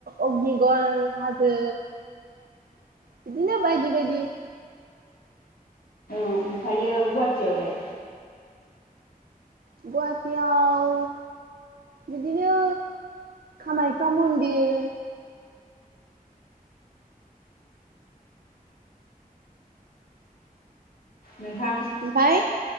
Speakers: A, on the right; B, on the left.
A: अगनिगर हाजो बिदिनो बायदि बायदि।
B: ओमफायो गुवाहाटियावलाय?
A: गवाहाटि आव बिदिनो कामाख्या मन्दिर
B: नोंथां
A: ओमफाय